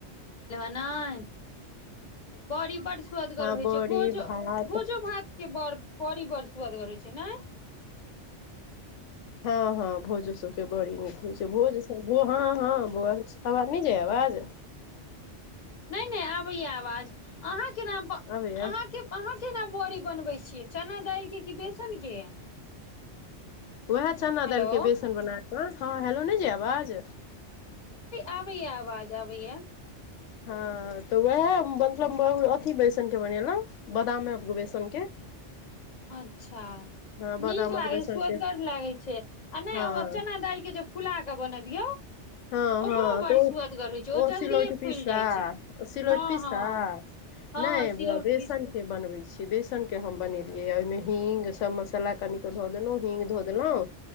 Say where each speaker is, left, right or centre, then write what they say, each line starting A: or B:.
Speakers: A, on the left (about 40°); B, on the left (about 80°).
A: नई बड़ी बड्ड सुअदगर
B: हँ
A: होइ
B: बड़ी
A: छैइ भोजो
B: भात
A: भोजो भात के बड़ बड़ी बड़ सुअदगर होगा छैइ ना
B: हँअ् हँअ् भोजो सबके बड़ी नीक होइ छैइ भोज हँअ् हँअ् बौ आवाज नई जाइय अवाज
A: नई नई आबैय आवाज अहाँके नाम आहां
B: अबैया
A: के आहां केना बड़ी बनबै छियै चना दालि के कि बेसन के
B: वएह चना
A: हेलो
B: दालि के बेसन बना के हँअ् हेलो नई जाइअ आवाज
A: आबैय आवाज आबैया
B: हँअ् तऽ उएह मतलब अथी बेसन के बनेलौं बादामे बेसन के
A: अच्छा
B: हँ बादामक
A: नीक लागै
B: बेसन
A: छैइ सुअदगर
B: के
A: लागै छैइ आ नई
B: हँ
A: ओ चना दालि के जे फुला के बनबियौ
B: हँअ्
A: ओकरो
B: हँअ्
A: बड़
B: त
A: सुअदगर होइ छै
B: ओ
A: जल्दिए
B: सिलौट पिसा
A: फुलि जाइ छै
B: सिलौट
A: हँ
B: पिसा
A: हँ हँ
B: नहि
A: हँ सिलौट
B: बौआ बेसन
A: पीस
B: के बनबै छिअइ बेसनके हम बनेलियै ओहिमे हींग सभ मसाला कनिकऽ धऽ देलहुँ हींग धऽ देलहुँ